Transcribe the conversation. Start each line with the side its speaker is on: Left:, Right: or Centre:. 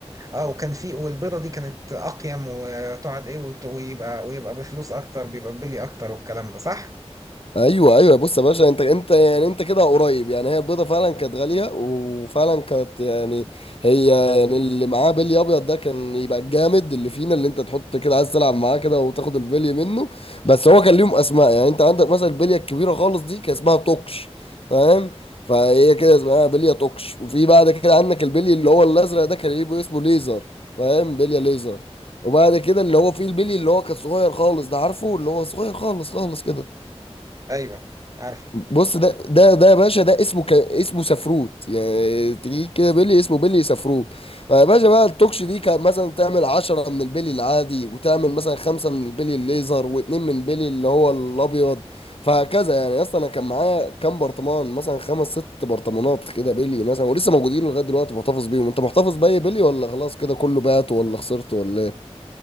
Right: اه وكان في والبيضه دي كانت اقيم وتقعد ايه وت... ويبقى ويبقى بفلوس اكتر بيبقى بلي اكتر والكلام ده صح
Left: ايوه ايوه بص يا باشا انت انت يعني انت كده قريب يعني هي البيضه فعلا كانت غاليه وفعلا كانت يعني هي يعني اللي معاه بلي ابيض ده كان يبقى الجامد اللي فينا اللي انت تحط كده عايز تلعب معاه كده وتاخد البلي منه بس هو كان ليهم اسماء يعني انت عندك مثلا البليه الكبيره خالص دي كان اسمها توكش فاهم فهي كده اسمها بليه توكش وفي بعد كده عندك البلي اللي هو الازرق ده كان يبقى اسمه ليزر فاهم بليه ليزر وبعد كده اللي هو فيه البلي اللي هو كان صغير خالص ده عارفه اللي هو صغير خالص خالص كده
Right: ايوه عارفه
Left: بص ده ده ده يا باشا ده اسمه ك... اسمه سفروت يعني تجي كده بيلي اسمه بيلي سفروت فيا باشا بقى التوكش دي كان مثلا تعمل عشرة من البيلي العادي وتعمل مثلا خمسة من البيلي الليزر واتنين من بيلي اللي هو الابيض فهكذا يعني اصلا انا كان معايا كام برطمان مثلا خمس ست برطمانات كده بيلي مثلا ولسه موجودين لغايه دلوقتي بحتفظ بيهم انت محتفظ باي بيلي ولا خلاص كده كله بات ولا خسرت ولا ايه